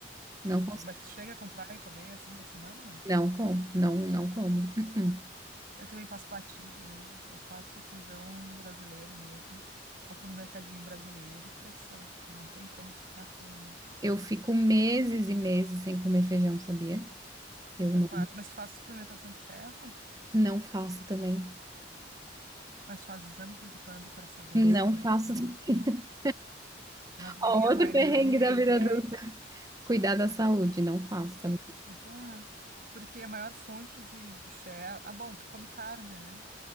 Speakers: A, on the right (about 50°); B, on the right (about 20°).
A: Tu-
B: Não
A: tu-
B: consigo.
A: mas tu chega a comprar e comer assim na semana, não?
B: Não compro, não, não como. Uh-uh.
A: Eu também passo batido, eu, eu faço feijão brasileiro mesmo. Compro no mercadinho brasileiro e pressão. Não tem como ficar sem, né?
B: Eu fico meses e meses sem comer feijão, sabia? Eu
A: Capaz.
B: não,
A: Mas tu faz suplementação de ferro?
B: não faço também.
A: Mas faz exame de vez em quando para saber
B: Não
A: se como é
B: faço.
A: que tá.
B: <laughs>
A: Mas guria
B: Ó,
A: vai
B: Outro perrengue
A: no GP
B: da
A: e
B: vida
A: pede.
B: adulta. Cuidar da saúde, não faça.
A: Tem que cuidar. Porque a maior fonte de, de ferro. Ah, bom, tu come carne, né?